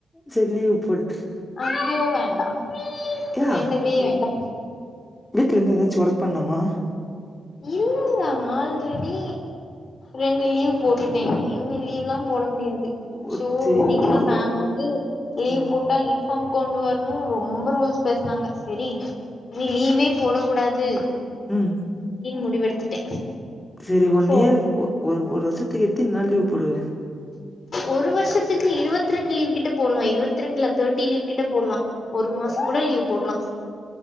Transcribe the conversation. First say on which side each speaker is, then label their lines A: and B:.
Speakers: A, on the left; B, on the left.
A: செரி லீவ் போடு
B: ஐயோ வேண்டா
A: யா
B: வேண்டவே வேண்டா
A: வீட்ல இருந்து ஏதாச்சு ஒர்க் பண்ணுமா
B: இல்லல்ல ஆல்ரெடி ரெண்டு லீவ் போட்டுட்டேங்க இன்னி லீவ்ல்லா போட முடியாது து
A: ஒரு
B: சோ
A: செரி
B: இன்னைக்கு
A: ஒரு
B: தா மேம்
A: ஒ
B: வந்து லீவ்
A: ம்
B: போட்டா லீவ் ஃபார்ம் கொண்டு வரணு ரொம்ப ரூல்ஸ் பேசுனாங்க செரி இனி லீவே போடக் கூடாது
A: ம்
B: முடிவெடுத்துட்டே
A: செரி ஒன்
B: சோ
A: இயர் ஒ ஒ ஒரு வருஷத்துக்கு எத்தின் நாள் லீவ் போடுவ
B: ஒரு வருஷத்துக்கு இருவத்ரெண்டு லீவ் கிட்ட போட்லா இருவத்தி ரெண்டுல தேர்ட்டி லீவ் கிட்ட போட்லா ஒரு மாச கூட லீவ் போட்லா